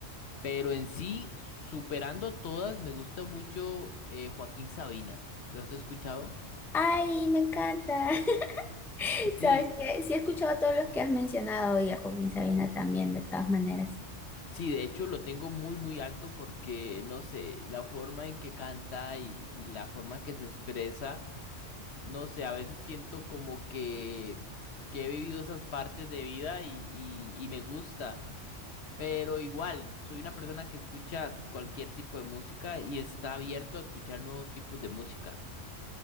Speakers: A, on the left; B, in the centre.
A: pero en sí, superando todas, me gusta mucho eh, Joaquín Sabina. ¿Lo has escuchado?
B: Ay, me encanta. <laughs> <laughs> Sabes
A: Sí,
B: que sí he escuchado a todos los que has mencionado y a Joaquín Sabina también, de todas maneras.
A: sí, de hecho lo tengo muy, muy alto porque, no sé, la forma en que canta y, y la forma que se expresa. No sé, a veces siento como que, que he vivido esas partes de vida y, y- y me gusta, pero igual soy una persona que escucha cualquier tipo de música y está abierto a escuchar nuevos tipos de música.